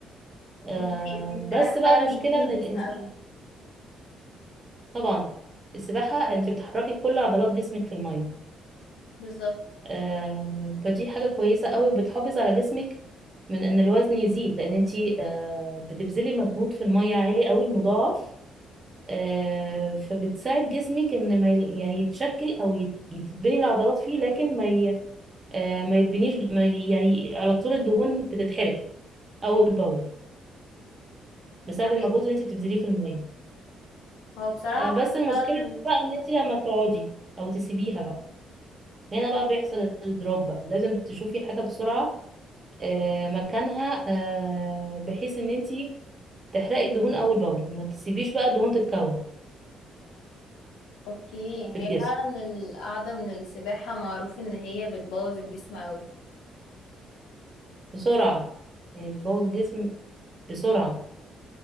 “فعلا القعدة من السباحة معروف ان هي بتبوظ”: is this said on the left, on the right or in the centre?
Left